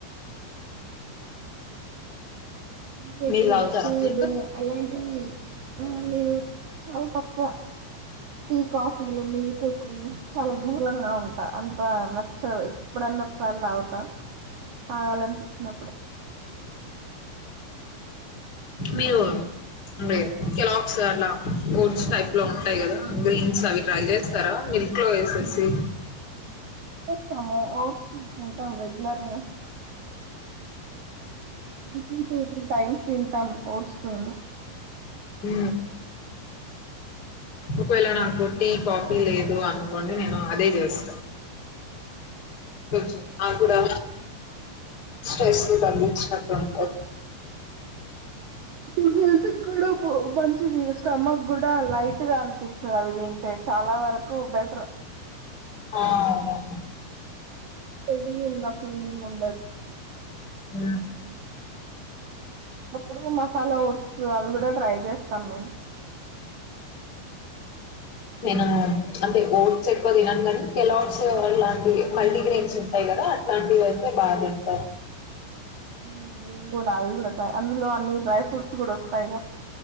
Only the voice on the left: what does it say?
మీరు తాగుతారా
మిల్క్
మీరు అంటె కెలాక్స్ అట్ల ఓట్స్ టైప్ లో ఉంటాయి గదా గ్రీన్స్ అవి ట్రై చేస్తారా మిల్క్ లో ఎసేసి
ఊ ఒకవేళ నాకు టీ కాపీ లేదు అనుకోండి నేను అదే చేస్తా కొంచం ఆది గూడా స్ట్రెస్ తగ్గిచ్చినటుంటది
ఆ అవునవును
ఊ
నేను అంటె ఓట్స్ ఎక్కువ తినను గని కెలాక్స్ లాంటివి మల్టీగ్రైన్స్ ఉంటయ్ గ దా అట్లాంవైతే బా తింట